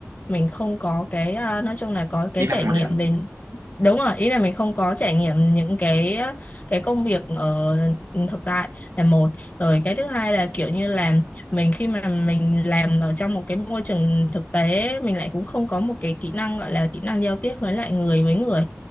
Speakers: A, on the left; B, on the right.
A: mình không có cái à, nói chung là có cái
B: Kỹ năng
A: trải
B: mềm
A: nghiệm về đúng rồi ý là mình không có trải nghiệm những cái cái công việc ở thực tại là một rồi cái thứ hai là kiểu như là mình khi mà mình làm ở trong một cái môi trường thực tế mình lại cũng không có một cái kỹ năng gọi là kỹ năng giao tiếp với lại người với người